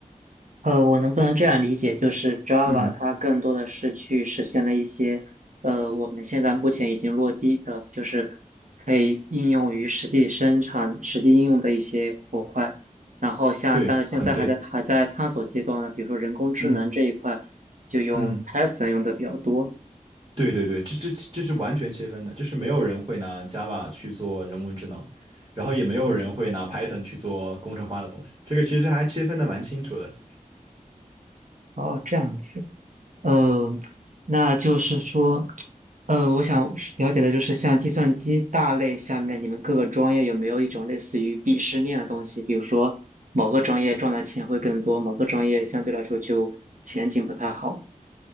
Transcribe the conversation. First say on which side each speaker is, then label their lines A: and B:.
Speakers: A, on the right (about 65°); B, on the right (about 30°).
A: 呃，我能不能这样理解，就是 Java
B: 嗯，
A: 它更多的是去实现了一些，呃，我们现在目前已经落地的，就是可以应用于实际生产、实际应用的一些模块。然后像，
B: 对，
A: 但是现在还在还在探索阶段呢，
B: 很对。
A: 比如说人工智能这一块，
B: 嗯
A: 就用
B: 嗯。
A: Python 用的比较多。
B: 对对对，这这这是完全切分的，就是没有人会拿 Java 去做人工智能，然后也没有人会拿
A: 嗯，
B: Python 去做工程化的东西。这个其实还切分的蛮清楚的。
A: 哦，这样子。呃，那就是说，呃，我想是了解的就是，像计算机大类下面，你们各个专业有没有一种类似于鄙视链的东西？比如说，某个专业赚的钱会更多，某个专业相对来说就前景不太好。